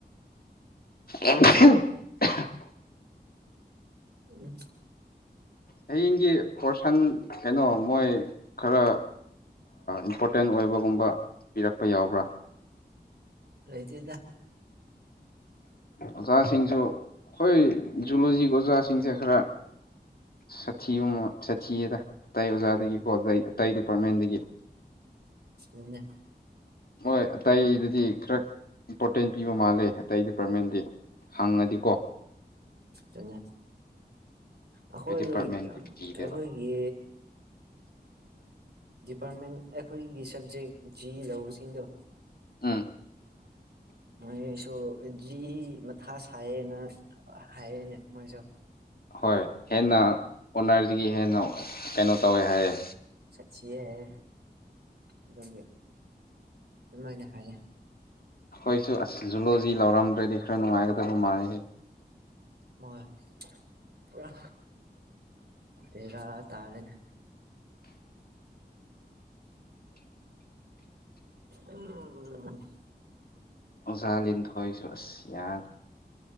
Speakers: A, on the left; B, on the right.
A: ꯑꯦ <unintelligible> <inaudible>
B: ꯎꯝ <unintelligible> <inaudible>
A: ꯍꯌꯦꯡꯒꯤ ꯄꯣꯔꯁꯟ ꯀꯩꯅꯣ ꯃꯣꯏ ꯈꯔ ꯏꯝꯄꯣꯔꯇꯦꯟ ꯑꯣꯏꯕꯒꯨꯝꯕ ꯄꯤꯔꯛꯄ ꯌꯥꯎꯕ꯭ꯔꯥ
B: ꯂꯩꯇꯦꯗ
A: ꯑꯣꯖꯥꯁꯤꯡꯁꯨ ꯑꯩꯈꯣꯏ ꯖꯨꯂꯣꯖꯤꯒꯤ ꯑꯣꯖꯥꯁꯤꯡꯁꯦ ꯈꯔ ꯁꯥꯊꯤꯕ ꯃꯥꯟ ꯁꯥꯊꯤꯌꯦꯗ ꯑꯇꯩ ꯑꯣꯖꯥꯗꯒꯤꯀꯣ ꯒꯩ ꯇꯩ ꯗꯤꯄꯥꯔꯠꯃꯦꯟꯗꯒꯤ
B: ꯎꯝꯅꯦ
A: ꯍꯣꯏ ꯑꯇꯩꯗꯗꯤ ꯈꯔ ꯏꯝꯄꯣꯔꯇꯦꯟ ꯄꯤꯕ ꯃꯥꯜꯂꯦ ꯑꯇꯩ ꯗꯤꯄꯥꯔꯠꯃꯦꯟꯗꯤ ꯍꯪꯉꯗꯤꯀꯣ
B: ꯆꯟꯌꯥ ꯑꯩꯈꯣꯏ
A: ꯗꯤꯄꯥꯔꯠꯃꯦꯟꯒꯤ
B: ꯌꯥꯝ
A: ꯄꯤꯗꯦꯕ
B: ꯑꯩꯈꯣꯏꯒꯤ ꯗꯤꯄꯥꯔꯠꯃꯦꯟ ꯑꯩꯈꯣꯏꯒꯤ ꯁꯕꯖꯦꯛ ꯖꯤ ꯂꯧꯕꯁꯤꯡꯗꯣ
A: ꯎꯝ
B: ꯃꯣꯏꯁꯨ ꯖꯤ ꯏ ꯃꯊꯥ ꯁꯥꯏꯌꯦꯅ ꯍꯥꯏꯌꯦꯅꯦ ꯃꯣꯏꯁꯨ
A: ꯍꯣꯏ ꯍꯦꯟꯅ ꯑꯣꯅꯔꯁꯒꯤ ꯍꯦꯟꯅ ꯀꯩꯅꯣ ꯇꯧꯋꯦ ꯍꯥꯏꯌꯦ
B: ꯆꯠꯁꯤ ꯍꯥꯏꯔꯦ ꯑꯗꯨꯒꯤ ꯑꯗꯨꯃꯥꯏꯅ ꯍꯥꯏꯌꯦ
A: ꯑꯩꯈꯣꯏꯁꯨ ꯑꯁ ꯖꯨꯂꯣꯖꯤ ꯂꯥꯎꯔꯝꯗ꯭ꯔꯗꯤ ꯈꯔ ꯅꯨꯡꯉꯥꯏꯒꯗꯕ ꯃꯥꯜꯂꯤꯍꯦ
B: ꯃꫭꯏ ꯄꯨꯔꯥ ꯕꯦꯔꯥ ꯇꯥꯔꯦꯅ ꯎꯝ
A: ꯑꯣꯖꯥ ꯂꯤꯟꯊꯣꯏꯁꯨ ꯑꯁ ꯌꯥ